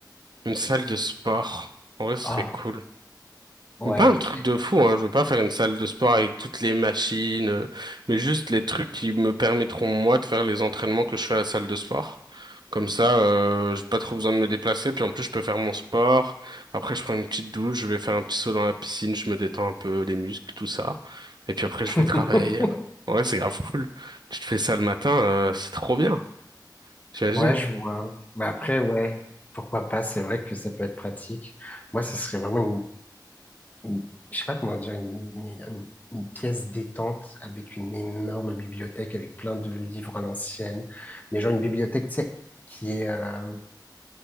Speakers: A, on the right; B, on the left.
A: Une salle de sport, en ce
B: Ah,
A: serait cool.
B: ouais,
A: Pas un
B: ok.
A: truc de fou, hein. Je veux pas faire une salle de sport avec toutes les machines, euh, mais juste les trucs qui me permettront moi de faire les entraînements que je fais à la salle de sport. Comme ça, euh, j'ai pas trop besoin de me déplacer, puis en plus je peux faire mon sport. Après, je prends une petite douche, je vais faire un petit saut dans la piscine, je me détends un peu les muscles, tout ça. Et puis après, je
B: <laughs>
A: vais travailler. Ouais, c'est grave cool. Tu te fais ça le matin, euh, c'est trop bien. T'imagines?
B: Ouais, je vois. Mais après, ouais, pourquoi pas, c'est vrai que ça peut être pratique. Moi, ce serait vraiment une- je sais pas comment dire, une, une- une- une pièce détente avec une énorme bibliothèque, avec plein de livres à l'ancienne, mais genre une bibliothèque, tu sais, qui est, euh,